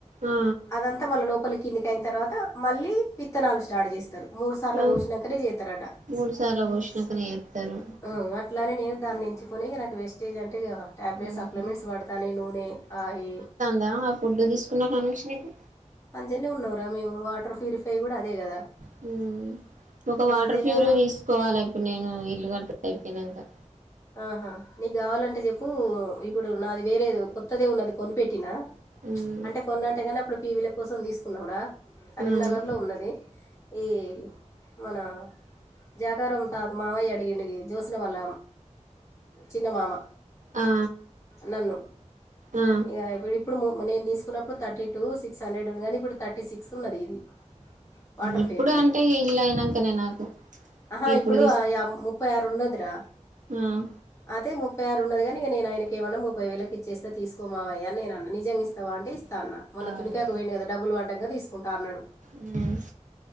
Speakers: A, on the right; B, on the left.
A: ఆ
B: అదంతా మళ్ళ లోపల కిందికి అయిన తర్వాత మళ్ళీ విత్తనాలు స్టార్ట్ చేస్తారు మూడుసార్లు
A: ఆ
B: ఘోషినాకనే చేతారట
A: మూడు సార్లు పోసినాకనే చేత్తరు
B: ఆ అట్లానే నేను దాన్ని ఎంచుకని నాకు వేస్ స్టేజ్ అంటే ఇగ టాబ్లెట్స్
A: ఉమ్
B: సప్లిమెంట్స్ వాడతాను నూనె ఆయి
A: దా ఆ ఫుడ్ తీసుకున్నా కానిచ్చ నీకు
B: అంచినే ఉన్నావురా మేము వాటర్ ప్యూరిఫై కూడా అదే కదా
A: హ్మ్ ఒక వాటర్
B: అదే
A: ఫ్లూరీ
B: కదా
A: తీసుకోవాలి అక్క నేను ఇల్లు కట్ట అయిపోయినాక
B: ఆహా నీకు కావాలంటే చెప్పు ఇప్పుడు నాది వేరేది కొత్తదే ఉన్నది కొనిపెట్టినా
A: ఉమ్
B: అంటే కొన్నింటేగానే అప్పుడు పీవీల కోసం తీసుకున్నాంరా కరీంనగర్లో
A: ఉమ్
B: ఉన్నది ఈ మన జాకారం త మావయ్య అడిగిండు కి జ్యోత్స్న వాల్ల చిన్న మామ
A: ఆ
B: నన్ను
A: ఆ
B: ఇక ఇప్పుడు ఇప్పుడు మ నేను తీసుకున్నప్పుడు థర్టీ టూ సిక్స్ హండ్రెడ్ ఉంది కానీ ఇప్పుడు థర్టీ సిక్స్ ఉన్నది ఇది వాటర్
A: ఇప్పుడు
B: ప్యూరిఫై
A: అంటే ఇల్లు అయినాంకనే నాకు
B: ఆహా
A: ఇప్పుడు
B: ఇప్పుడుయా ముప్పై ఆరు ఉన్నదిరా
A: హ్మ్
B: అయితే ముప్పై ఆరు ఉన్నది కానీ ఇక నేను ఆయనక ఏమన్నా ముప్పై వేలకు ఇచ్చేస్తే తీసుకో మావయ్య అని నేను అన్న నిజంగా ఇస్తావా అంటే ఇస్తా అన్న మొన్న
A: అవును
B: తునికాకు పోయిండు కదా డబ్బులు పడ్డాంగా తీసుకుంటా అన్నడు
A: ఉమ్